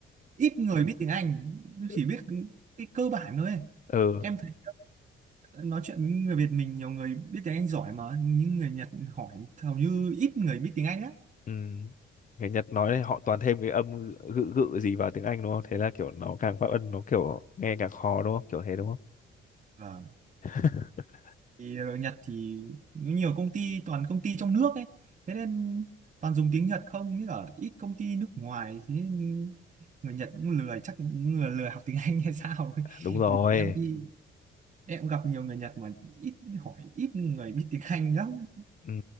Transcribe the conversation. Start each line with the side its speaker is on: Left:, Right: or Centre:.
Right: ít người biết tiếng Anh
Left: <laughs>
Right: chỉ biết cái cơ bản thôi ấy.
Left: ừ,
Right: em thấy nói chuyện với người Việt mình nhiều người biết tiếng Anh giỏi mà những người Nhật hỏi hầu như ít người biết tiếng Anh lắm
Left: ừ. Người Nhật nói thì họ toàn thêm cái âm gự gự gì vào tiếng Anh đúng không? Thế là kiểu nó càng phát âm nó kiểu nghe càng khó đúng không? Kiểu thế đúng không?
Right: Vâng.
Left: <laughs>
Right: thì ở Nhật thì nó nhiều công ty toàn công ty trong nước ấy thế nên toàn dùng tiếng Nhật không như ở ít công ty nước ngoài thế nên người Nhật cũng lười chắc cũng người lười học tiếng Anh hay sao ấy.
Left: Đúng rồi.
Right: <laughs> vì em đi em gặp nhiều người Nhật mà ít hỏi ít người biết tiếng Anh lắm
Left: Ừ.